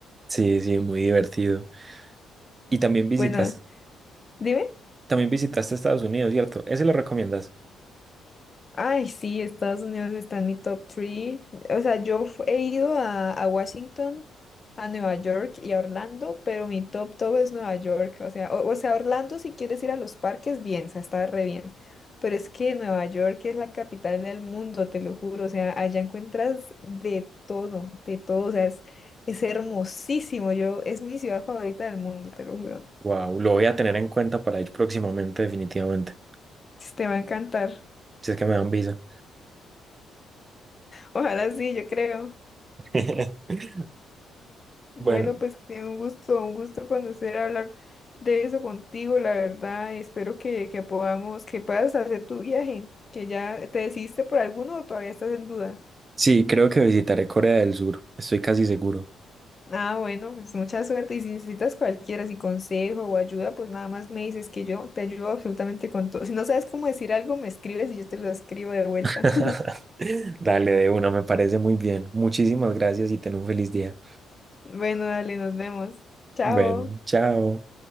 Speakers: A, on the right; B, on the left.
A: Sí, sí, muy divertido. Y también visitas,
B: Bueno, dime.
A: también visitaste Estados Unidos, ¿cierto? ¿Ese lo recomiendas?
B: Ay, sí, Estados Unidos está en mi top 3. O sea, yo fu- he ido a, a Washington, a Nueva York y a Orlando, pero mi top top es Nueva York. O sea, o, o sea, Orlando si quieres ir a los parques, bien, o sea, está re bien. Pero es que Nueva York es la capital del mundo, te lo juro. O sea, allá encuentras de todo, de todo. O sea, es, es hermosísimo. Yo, es mi ciudad favorita del mundo, te lo juro.
A: Wow, lo voy a tener en cuenta para ir próximamente, definitivamente.
B: Te va a encantar.
A: Si es que me dan visa.
B: Ojalá sí, yo creo.
A: <laughs>
B: Bueno,
A: Bueno,
B: pues que un gusto, un gusto conocer, hablar de eso contigo, la verdad. Espero que, que podamos, que puedas hacer tu viaje, que ya te decidiste por alguno o todavía estás en duda.
A: sí, creo que visitaré Corea del Sur, estoy casi seguro.
B: Ah, bueno, pues mucha suerte y si necesitas cualquiera, si consejo o ayuda, pues nada más me dices que yo te ayudo absolutamente con todo. Si no sabes cómo decir algo, me escribes y yo te lo escribo de vuelta.
A: <laughs>
B: <laughs>
A: Dale de una, me parece muy bien. Muchísimas gracias y ten un feliz día.
B: Bueno, dale, nos vemos. Chao.
A: Bueno, chao.